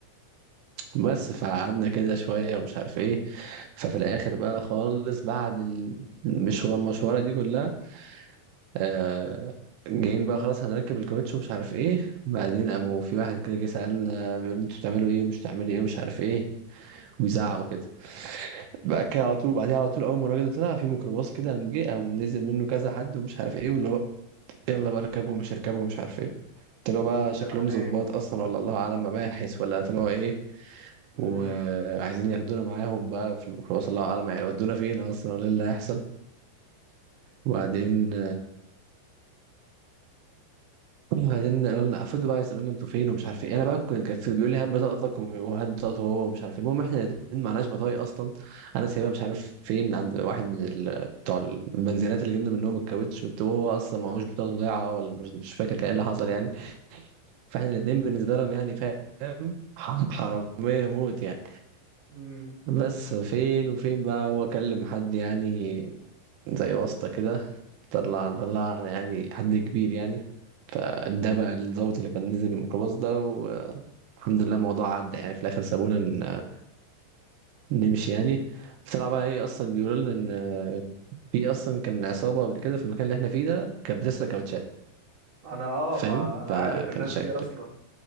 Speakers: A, on the right; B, on the right.
A: بس فقعدنا كده شوية ومش عارف ايه ففي الآخر بقى خالص بعد المشوار المشوارة دي كلها آه جايين بقى خلاص هنركب الكاوتش ومش عارف ايه بعدين قاموا في واحد كده جه سألنا بيقول انتوا بتعملوا ايه ومش بتعملوا ايه ومش عارف ايه ويزعق وكده بقى كده على طول بعديها على طول أول ما الراجل ده طلع في ميكروباص كده قام جه قام نزل منه كذا حد ومش عارف ايه واللي هو يلا بقى اركبوا ومش اركبوا ومش عارف ايه طلعوا بقى
B: <laughs>
A: شكلهم
B: يعني
A: ظباط
B: ايه
A: اصلا ولا الله اعلم مباحث ولا طلعوا ايه
B: امم
A: وعايزين ياخدونا معاهم بقى في الميكروباص الله اعلم هيودونا فين اصلا ولا إيه اللي هيحصل وبعدين بعدين قالوا لنا فضلوا بقى يسالوني انتوا فين ومش عارف ايه انا بقى كنت كان في- بيقول لي هات بطاقتك وم- وهات بطاقته هو ومش عارف ايه المهم احنا الاتنين معناش بطايق اصلا انا سايبها مش عارف فين عند واحد من ال... بتوع البنزينات اللي جبنا منهم الكاوتش وت- وهو اصلا معهوش بطاقته ضايعه ولا مش, مش فاكر كان ايه اللي حصل يعني فاحنا الاتنين بالنسبه لهم يعني فاهم ح- حرامية موت يعني
B: امم
A: بس فين وفين بقى هو كلم حد يعني زي واسطة كده طلع طلع يعني حد كبير يعني فده بقى الضابط اللي كان نزل من الميكروباص ده والحمد لله الموضوع عدى يعني في الآخر سابونا ن- نمشي يعني طلع بقى ايه أصلا بيقولوا لنا إن في أصلا كان عصابة قبل كده في المكان اللي احنا فيه ده كانت بتسرق كاوتشات
B: انا اه
A: فاهم
B: ما انا
A: فكان
B: عارف الناس
A: شكل
B: دي اصلا